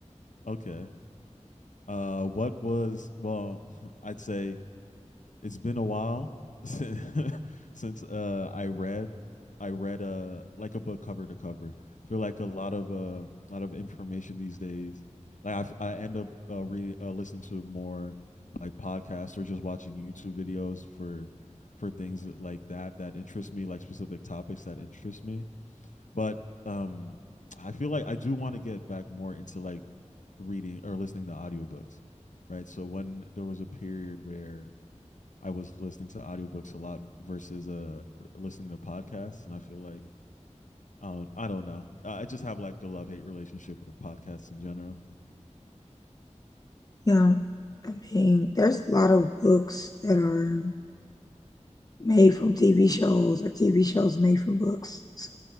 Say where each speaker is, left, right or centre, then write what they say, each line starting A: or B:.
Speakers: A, on the left (about 85°); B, on the left (about 30°).
A: okay. Uh, what was well? <laughs> I'd say it's been a while since, <laughs> since uh I read I read uh like a book cover to cover. I feel like a lot of uh a lot of information these days. Like I I end up uh, re uh, listening to more like podcasts or just watching YouTube videos for for things like that that interest me, like specific topics that interest me. But um I feel like I do want to get back more into like reading or listening to audiobooks, right? So when there was a period where I was listening to audiobooks a lot versus uh listening to podcasts, and I feel like I don't I don't know. Uh, I just have like a love hate relationship with podcasts in general.
B: yeah. I mean, there's a lot of books that are made from TV shows or TV shows made from books. So,